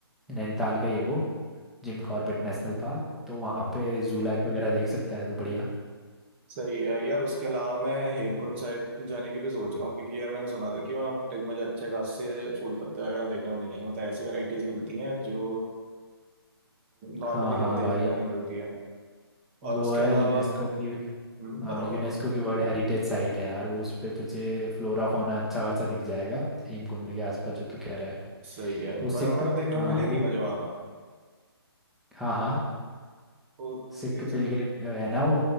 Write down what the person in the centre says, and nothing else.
नैनीताल का ही है वो जिम कॉर्बेट नेशनल पार्क तो वहाँ
पे जू लाइफ वगैरह देख सकता है तो बढ़िया
हाँ हाँ
भाई
वो
है
यूनेस्को की
हाँ
यूनेस्को
की वर्ल्ड हेरिटेज साइट है यार वो उस पे तुझे फ्लोरा फौना अच्छा खासा दिख जाएगा हेमकुंड के आसपास जो तू कह रहा है
वो सिख
हाँ
वो
हाँ हाँ
सिख
पिलग्रिम है ना वो